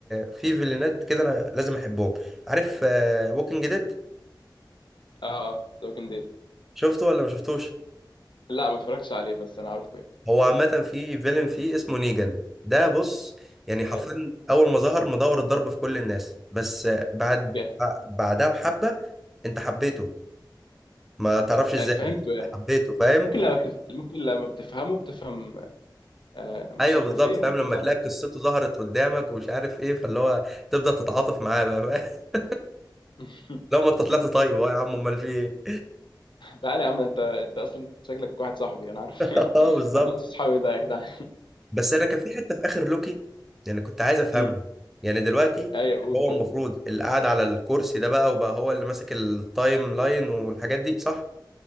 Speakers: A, in the centre; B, on the left.
A: في فيلنات كده انا لازم احبهم عارف ووكينج ديد
B: اه اه ذا ووكينج ديد
A: شفته ولا ما شفتوش
B: لا ما اتفرجتش عليه بس انا عارفه
A: هو عامة في فيلن فيه اسمه نيجان ده بص يعني حرفيا
B: يعني.
A: اول ما ظهر مدور الضرب في كل الناس بس آه، بعد
B: جه-
A: بعدها بحبة انت حبيته ما تعرفش ازاي
B: أيوة، فهمته
A: بس
B: يعني
A: حبيته فاهم
B: ممكن
A: <laughs>
B: لما أيوة. بتف... ممكن لما بتفهمه بتفهم آه،
A: ايوه
B: شكله
A: بالظبط
B: فين
A: فاهم لما
B: بتاع
A: تلاقي قصته ظهرت قدامك ومش عارف ايه فاللي هو تبدا تتعاطف معاه بقى فاهم <laughs>
B: <laughs>
A: لو ما انت طلعت طيب اهو يا عم امال في ايه
B: تعالى يا عم انت انت اصلا شكلك واحد صاحبي انا عارف
A: <laughs> اه
B: <laughs>
A: بالظبط
B: انا نص صحابي ده يا جدعان
A: بس انا كان في حته في اخر لوكي يعني كنت عايز افهمها
B: أمم.
A: يعني دلوقتي
B: ايوه قول
A: هو
B: كده
A: المفروض اللي قاعد على الكرسي ده بقى وبقى هو اللي ماسك التايم لاين والحاجات دي صح